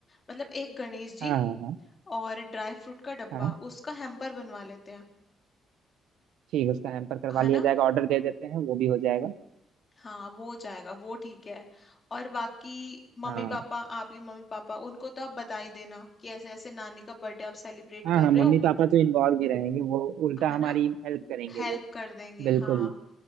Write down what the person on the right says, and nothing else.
हाँ हाँ हाँ
हाँ
ठीक है, उसका हैम्पर करवा
लिया
जाएगा ऑर्डर दे देते हैं वो भी हो जाएगा
हाँ
हाँ
हाँ
मम्मी
पापा तो इन्वॉल्व ही रहेंगे वो उल्टा
हमारी
हेल्प करेंगे
वो
बिल्कुल